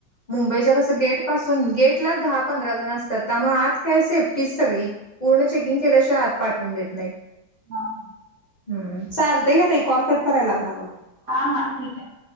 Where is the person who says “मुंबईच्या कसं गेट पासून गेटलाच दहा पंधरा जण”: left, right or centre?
Left